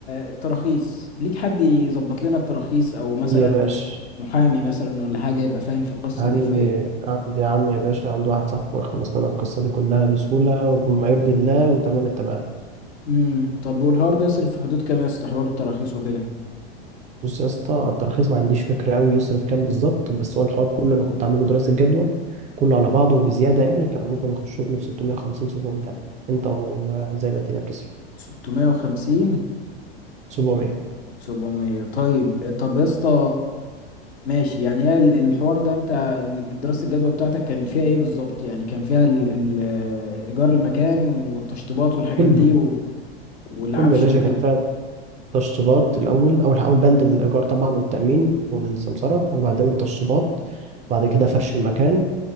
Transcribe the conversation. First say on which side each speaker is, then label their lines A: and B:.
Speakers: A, on the left; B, on the right.
A: التراخيص ليك حد يظبط لنا التراخيص او مثلا
B: يا باشا
A: محامي مثلا ولا حاجة يبقى فاهم في القصة
B: عندي
A: دي في
B: عندي عم يا باشا عنده واحد صاحبه خلص لنا القصة دي كلها بسهولة وبما يرضي الله وتمام التمام
A: امم طب والهار ده يصرف في حدود كام يا اسطى حوار التراخيص وكده
B: بص يا اسطى الترخيص ما عنديش فكرة قوي يصرف كام بالظبط بس هو الحوار كله انا كنت عامله دراسة جدوى كله على بعضه وبزيادة يعني كان ممكن يخش له في 650 700 ألف انت وزي ما الدنيا بتصرف
A: 650
B: 700
A: 700 طيب طب يا اسطى ماشي يعني هي ال- الحوار ده انت ال- دراسة الجدوى بتاعتك كانت فيها ايه بالظبط يعني كان فيها ال ال ايجار المكان والتشطيبات والحاجات
B: كله
A: دي و والعفش
B: كله يا باشا
A: وكده
B: كان فيها تشطيبات الأول أول أول بند الإيجار طبعا والتأمين والسمسرة وبعدين التشطيبات بعد كده فرش المكان